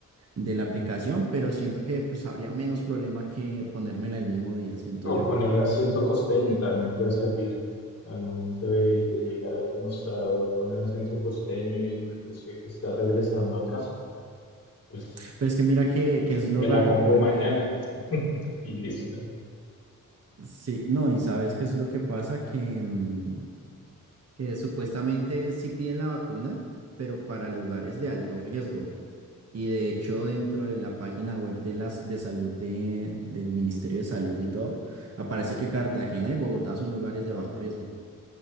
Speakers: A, on the right; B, on the left.
A: de la aplicación, pero siento que pues habría menos problema que ponérmela el mismo día, siento yo.
B: O poner acento costeño también puede servir. Al momento de, de llegar ahí al mostrador, poner acento costeño y pues dice que está regresando a casa. Pues
A: Pero es que mira que, que es lo
B: me
A: raro,
B: la pongo
A: porque
B: mañana <laughs> y listo.
A: sí, no, y sabes qué es lo que pasa, que, mm, que supuestamente sí piden la vacuna, pero para lugares de alto riesgo. Y de hecho, dentro de la página web de las de salud de, del Ministerio de Salud y todo, aparece que Cartagena y Bogotá son lugares de bajo riesgo.